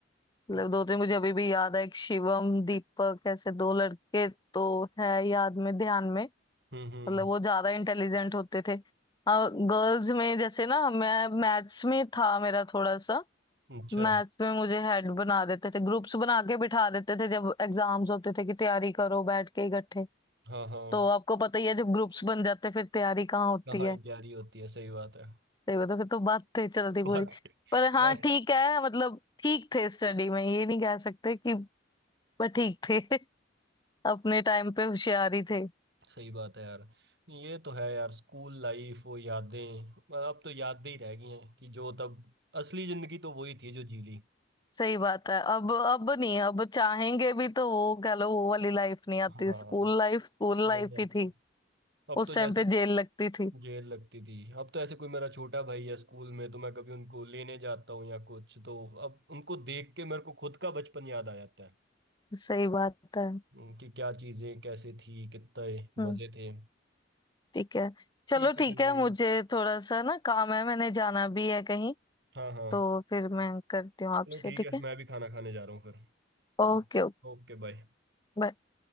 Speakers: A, on the left; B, on the right.
A: मतलब
B: हम्म
A: दो तीन मुझे अभी भी याद है एक शिवम दीपक ऐसे दो लड़के तो है याद में ध्यान में
B: हम्म
A: मतलब वो ज्यादा इंटेलिजेंट होते थे गर्ल्स में जैसे ना मैं मैथ्स में था मेरा थोड़ा सा
B: अच्छा
A: मैथ्स में मुझे हेड बना देते थे ग्रुप्स बना के बिठा देते थे जब एग्जाम्स होते थे कि तैयारी करो बैठ के इकट्ठे
B: हाँ हाँ
A: तो आपको पता ही है जब ग्रुप्स बन जाते हैं, फिर तैयारी कहाँ होती
B: कहाँ
A: है
B: ही तैयारी होती है सही बात है
A: सही बता फिर तो बात थे चलती
B: बहुत
A: पूरी पर हाँ
B: बहुत
A: ठीक है मतलब ठीक थे स्टडी में ये नहीं कह सकते कि पर ठीक थे <laughs> अपने टाइम पे होशियार ही थे
B: सही बात है यार ये तो है यार स्कूल लाइफ वो यादें मतलब अब तो यादें ही रह गई हैं कि जो तब असली जिंदगी तो वही थी जो जी ली
A: सही बात है अब अब नहीं अब चाहेंगे भी तो वो कह लो वो वाली लाइफ नहीं आती
B: हाँ
A: स्कूल लाइफ स्कूल लाइफ
B: नहीं आती
A: ही थी
B: अब
A: उस
B: तो
A: टाइम
B: जैसे
A: पे जेल लगती थी
B: जेल लगती थी अब तो ऐसे कोई मेरा छोटा भाई है स्कूल में तो मैं कभी उनको लेने जाता हूँ या कुछ तो अब उनको देख के मेरे को खुद का बचपन याद आ जाता है
A: सही बात है
B: हम्म, कि क्या चीजें कैसे थी कितने
A: हम्म
B: मजे थे
A: ठीक है
B: ठीक
A: चलो ठीक
B: है जी
A: है मुझे थोड़ा सा ना काम है मैंने जाना भी है कहीं
B: हाँ हाँ
A: तो फिर मैं करती हूँ आपसे
B: चलो ठीक
A: ठीक
B: है
A: है
B: मैं भी खाना खाने जा रहा हूँ फिर हम्म,
A: Okay okay
B: ओके भाई
A: बाय